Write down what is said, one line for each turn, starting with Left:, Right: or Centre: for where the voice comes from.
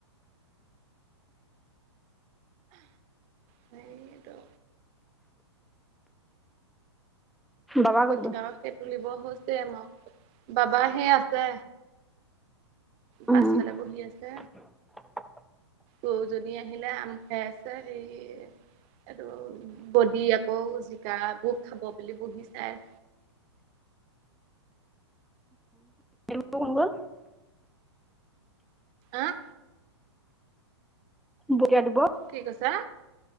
Right: সেইটো
Centre: বাবা
Right: কঠিয়াও
Centre: ক'ত গ'ল
Right: সেই তুলিব হৈছে মাক বাবা হেই আছে।
Centre: উম
Right: পাছফালে বহি আছে।
Centre: <inaudible>
Right: গৰু জনী আহিলে আম খাই আছে হেয় আৰু বডি আকৌ জিকাবোৰ খাব বুলি বহি চাই।
Centre: <inaudible> <unintelligible>
Right: আহ
Centre: বতীয়া দিব
Right: কি কৈছা।